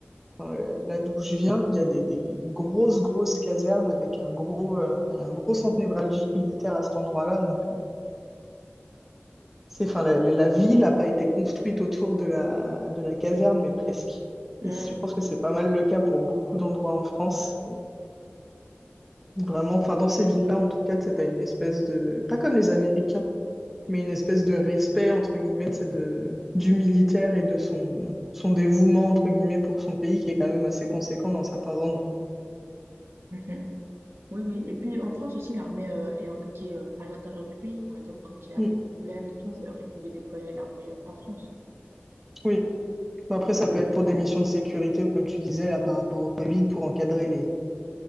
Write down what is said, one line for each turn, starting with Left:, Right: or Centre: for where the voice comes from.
Centre: enfin, euh, là d'où je viens, il y a des, des grosses, grosses casernes avec un gros, euh, enfin, il y a un gros centre névralgique militaire à cet endroit-là. Donc, euh, c'est, enfin, la, la- la ville n'a pas été construite autour de la, de la caserne, mais presque.
Right: Hmm.
Centre: Et je pense que c'est pas mal le cas pour beaucoup d'endroits en France. Vraiment, enfin, dans ces villes-là, en tout cas, tu as une espèce de, pas comme les Américains, mais une espèce de respect, entre guillemets, tu sais, de, du militaire et de son, son dévouement, entre guillemets, pour son pays, qui est quand même assez conséquent dans certains endroits.
Right: Mhm. Oui, oui. Et puis en France aussi, l'armée euh, est impliquée euh, à l'intérieur du pays. Par exemple, quand il y a
Centre: Mm,
Right: des problèmes et tout, vous, vous pouvez déployer l'armée euh, en France.
Centre: Oui. Bon, Après, ça peut être pour des missions de sécurité ou, comme tu disais, là, par rapport au Covid, pour encadrer les,